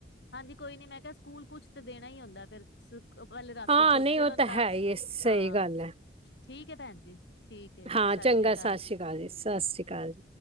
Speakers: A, on the left (about 70°); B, on the right (about 35°).
A: ਹਾਂਜੀ ਕੋਈ ਨੀ, ਮੈਂ ਕਿਹਾ ਸਕੂਲ ਕੁਛ ਤਾਂ ਦੇਣਾ ਹੀ ਹੁੰਦਾ ਫ਼ਿਰ ਪਹਲੇ ਰਾਤੀ
B: ਹਾਂ
A: ਸੋਚੇ
B: ਨਹੀਂ ਉਹ
A: ਬੰਦਾ।
B: ਤਾਂ ਹੈ ਹੀ ਹੈ, ਸਹੀ
A: ਹਾਂ
B: ਗੱਲ ਹੈ
A: ਠੀਕ ਐ ਭੈਣ ਜੀ, ਠੀਕ ਐ ਜੀ,
B: ਹਾਂ
A: ਸਤਿ
B: ਚੰਗਾ
A: ਸ੍ਰੀ ਅਕਾਲ
B: ਸ਼੍ਰੀ
A: ਜੀ।
B: ਸਤਿ ਸ਼੍ਰੀ ਅਕਾਲ ਜੀ